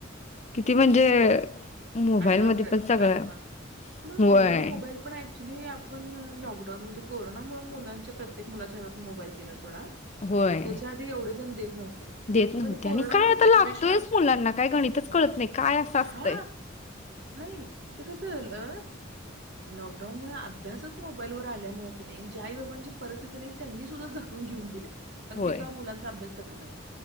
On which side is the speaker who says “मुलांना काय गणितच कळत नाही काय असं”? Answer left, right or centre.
Left